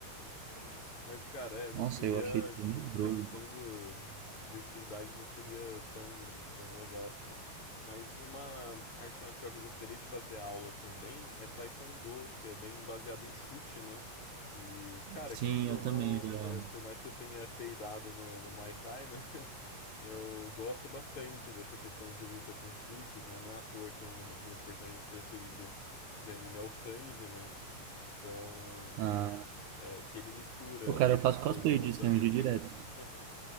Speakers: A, on the left; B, on the right.
A: <laughs> Mas, cara, é, não
B: Nossa,
A: seria,
B: eu achei tenebroso.
A: pensando de utilidade, não seria tão, tão legal assim. Mas uma arte marcial que eu gostaria de fazer aula também é Taekwondo, que é bem baseado em chute, né? E, cara,
B: Sim,
A: querendo
B: eu
A: ou não,
B: também já.
A: é, por mais que eu tenha peidado no, no Muay Thai, né? <laughs> Eu gosto bastante dessa questão de luta com chutes, né? Não é à toa que um dos meus personagens preferidos de anime é o Sanji, né? Então,
B: Ah,
A: é que ele mistura
B: o cara, eu faço
A: o estilo
B: cosplay
A: de luta
B: disso, né?
A: dele.
B: De direto.
A: <laughs>